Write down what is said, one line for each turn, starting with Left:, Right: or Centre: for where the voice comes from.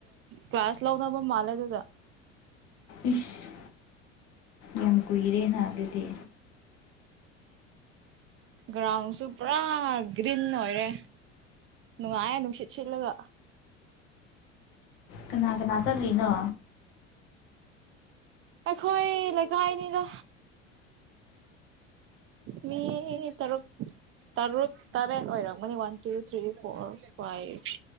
Right: ꯀ꯭ꯂꯥꯁ ꯂꯧꯅꯕ ꯃꯥꯜꯂꯦ ꯑꯗꯨꯗ
Left: ꯏꯁꯁ ꯌꯥꯝ ꯀꯨꯏꯔꯦ ꯅꯍ ꯑꯗꯨꯗꯤ
Right: ꯒ꯭ꯔꯥꯎꯟꯁꯨ ꯄꯨꯔꯥ ꯒ꯭ꯔꯤꯟ ꯑꯣꯏꯔꯦ ꯅꯨꯡꯉꯥꯏꯦ ꯅꯨꯡꯁꯤꯠ ꯁꯤꯠꯂꯒ
Left: ꯀꯅꯥ ꯀꯅꯥ ꯆꯠꯂꯤꯅꯣ
Right: ꯑꯩꯈꯣꯏ ꯂꯩꯒꯥꯏꯅꯤꯗ ꯃꯤ ꯇꯔꯨꯛ ꯇꯔꯨꯛ ꯇꯔꯦꯠ ꯑꯣꯏꯔꯝꯒꯅꯤ one two three four five